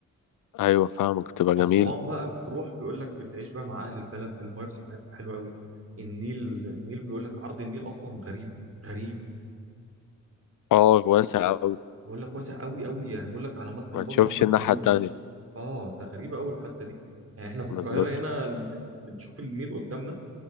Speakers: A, on the left; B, on the right.
A: أيوة فاهمك تبقى جميل
B: أسوان بقى بتروح بيقول لك بتعيش بقى مع أهل البلد الفايبس بتاعتهم حلوة قوي النيل النيل بيقول لك عرض النيل أصلا غريب غريب
A: آه واسع أوي
B: بيقول لك واسع قوي قوي يعني بيقول لك على مد
A: ما
B: البصر
A: تشوفش
B: ما
A: الناحية
B: تجيبوش
A: التانية
B: آه ده غريبة قوي الحتة دي يعني إحنا في القاهرة
A: بالظبط
B: هنا ال- بنشوف النيل قدامنا